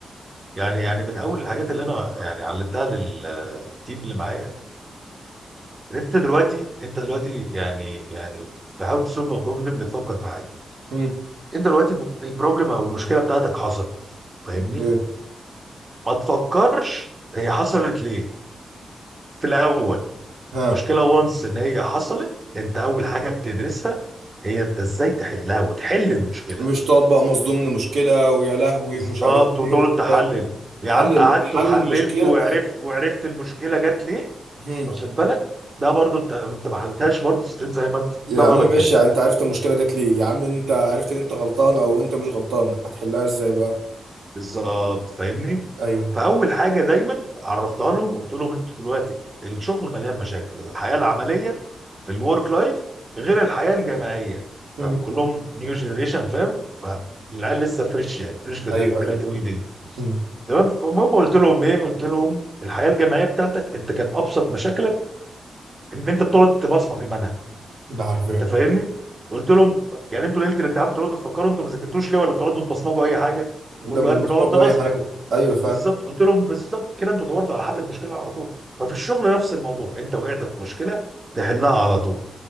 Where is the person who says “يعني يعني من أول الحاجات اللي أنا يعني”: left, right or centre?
Right